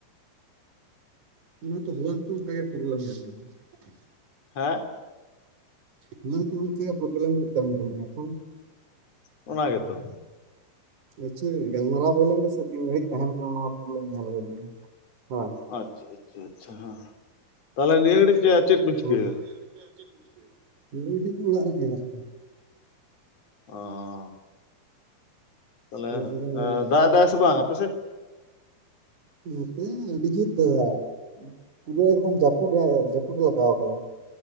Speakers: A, on the right; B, on the left.
A: ᱚᱱᱟ ᱛᱚ ᱦᱚᱞᱟ ᱦᱚᱸᱛᱚ ᱚᱱᱠᱟᱜᱮ ᱯᱨᱚᱵᱽᱞᱮᱢ ᱦᱩᱭᱩᱜ ᱠᱟᱱᱟ ᱛᱟᱦᱮᱸᱱᱟ᱾
B: ᱦᱮᱸ
A: ᱦᱚᱞᱟ ᱦᱚᱛᱚ ᱜᱚᱢᱠᱮ ᱯᱨᱚᱵᱞᱮᱢ ᱦᱩᱭᱩᱜ ᱠᱟᱱ ᱛᱟᱦᱮᱸᱜᱼᱟᱛᱚ?
B: ᱚᱱᱟ ᱜᱮᱛᱚ᱾
A: ᱟᱪᱪᱷᱟ ᱜᱟᱞᱢᱟᱨᱟᱣ ᱦᱩᱭ ᱞᱮᱱᱜᱮ ᱥᱮ ᱛᱤᱱ ᱜᱷᱟᱹᱲᱤᱡ ᱛᱟᱦᱮᱸᱱ ᱠᱟᱱᱟ ᱱᱚᱣᱟ ᱯᱨᱚᱵᱞᱮᱢ ᱧᱮᱞ ᱦᱩᱭ ᱞᱮᱱᱜᱮ᱾ ᱦᱚᱸ᱾
B: ᱟᱪᱪᱷᱟ ᱟᱪᱪᱷᱟ ᱟᱪᱪᱷᱟ ᱦᱮᱸ ᱛᱟᱦᱚᱞᱮ ᱱᱤᱭᱟᱹ ᱜᱷᱟᱹᱲᱤᱡ ᱪᱮᱫ ᱵᱤᱱ
A: ᱦᱳᱭ
B: ᱪᱤᱠᱟᱹᱭᱮᱫᱟ
A: ᱱᱤᱭᱮ ᱜᱷᱟᱹᱨᱤᱡ ᱫᱚ ᱚᱲᱟᱜ ᱨᱮ ᱜᱮ ᱟᱨᱠᱤ᱾
B: ᱚ᱾ ᱛᱟᱦᱚᱞᱮ
A: ᱚᱲᱟᱜ ᱨᱮᱜᱮ ᱢᱮᱱᱟᱜᱼᱟ ᱠᱟᱜ
B: ᱫᱟᱜ
A: ᱞᱤᱧᱟ᱾
B: ᱮᱫᱟᱭ ᱥᱮ ᱵᱟᱝ ᱟᱯᱮ ᱥᱮᱫ
A: ᱱᱚᱛᱮ ᱟᱹᱰᱤ ᱡᱳᱨ ᱫᱟᱜ᱾ ᱯᱩᱨᱟᱹ ᱮᱠᱫᱚᱢ ᱡᱟᱹᱯᱩᱫ ᱮ ᱡᱟᱹᱯᱩᱫ ᱮ ᱞᱟᱜᱟᱣ ᱠᱟᱫᱟ᱾